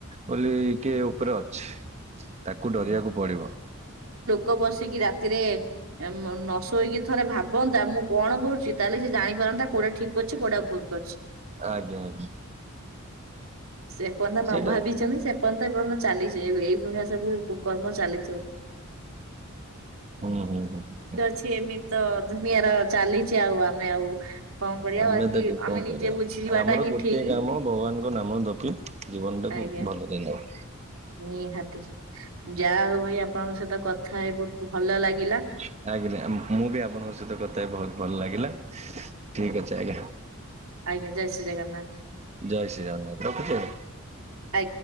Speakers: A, on the right; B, on the right.
A: ବୋଲି କିଏ ଉପରେ ଅଛି ତାକୁ ଡରିବାକୁ ପଡିବ।
B: କ ବସିକି ରାତିରେ ଏ ମ ନ ଶୋଇକି ଥରେ ଭାବନ୍ତା ମୁଁ କଣ କରୁଚି ତାହେଲେ ସେ ଜାଣିପାରନ୍ତା କୋଉଟା ଠିକ କରୁଚି କୋଉଟା ଭୁଲ କରି ଚି।
A: ଆଜ୍ଞା ଆଜ୍ଞା।
B: ସେଫ ଏପର୍ଯ୍ୟନ୍ତ ନ
A: ସେଇଟା
B: ଭାବିଛନ୍ତି ସେପର୍ଯ୍ୟନ୍ତ ଏପର୍ଯ୍ୟନ୍ତ ଚାଲିଛି ଏ ଏଇଭଳିଆ ସବୁ କୁକର୍ମ ଚାଲିଚି।
A: ହୁଁ ହୁଁ ହୁଁ ହୁଁ ହୁଁ।
B: ଛି ଏମିତି ତ ଦୁନିଆର ଚାଲିଛି ଆଉ ଆମେ ଆଉ। କଣ କରିବା
A: ଆମେ
B: ବାକି
A: ତାକୁ
B: ଆମେ
A: କଣ
B: ନିଜେ
A: କରିଆ?
B: ବୁଝିଯିବାଟା
A: ଆମର
B: ହିଁ
A: ଗୋଟିଏ
B: ଠିକ
A: କାମ ଭଗବାନଙ୍କ ନାମ ଦପି ଜୀବନଟାକୁ
B: ଆଜ୍ଞା
A: ଭଲରେ ନେବା।
B: ନିହାତି ଯାହା ହଉ ଭାଇ ଆପଣଙ୍କ ସହିତ କଥା ହେଇ ବହୁତ ଭଲ ଲାଗିଲା।
A: <unintelligible> ମୁଁ ମୁଁ ବି ଆପଣଙ୍କ ସହିତ କଥା ହେଇ ବହୁତ ଭଲ ଲାଗିଲା। ଠିକ ଅଛି ଆଜ୍ଞା
B: ଆଜ୍ଞା ଜୟ ଶ୍ରୀ ଜଗନ୍ନାଥ
A: ଜୟ ଶ୍ରୀ ଜଗନ୍ନାଥ ରଖୁଛି ଆଜ୍ଞା।
B: ଆ